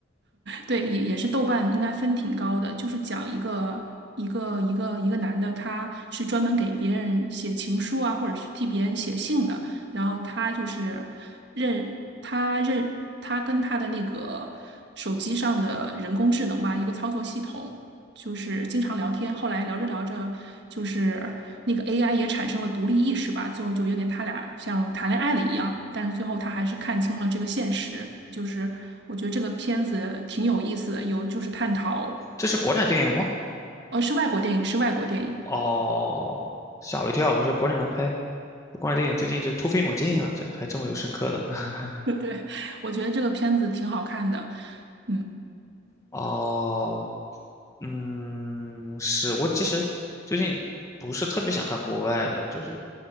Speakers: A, on the right; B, on the left.
A: 对，也也是豆瓣应该分挺高的，就是讲一个一个一个一个男的，他是专门给别人写情书啊，或者是替别人写信的，然后他就是认他认他跟他的那个手机上的人工智能吧，一个操作系统，就是经常聊天，后来聊着聊着，就是那个 AI 也产生了独立意识吧，最后就有点他俩像谈恋爱了一样，但是最后他还是看清了这个现实。就是我觉得这个片子挺有意思的，有就是探讨，
B: 这是国产电影吗？
A: 呃，是外国电影，是外国电影，
B: 哦，吓我一跳！我说国产的拍国产电影最近是突飞猛进呀、这拍这么有深刻的。<laughs>
A: <laughs> 对，我觉得这个片子挺好看的。嗯，
B: 哦，嗯，是我其实最近不是特别想看国外的，就是